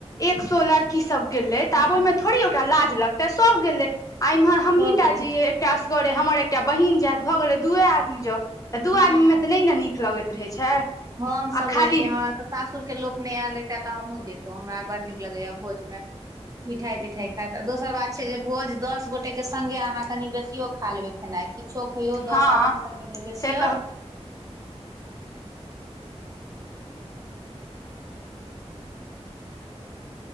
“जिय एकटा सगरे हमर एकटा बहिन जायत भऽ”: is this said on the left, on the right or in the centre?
Left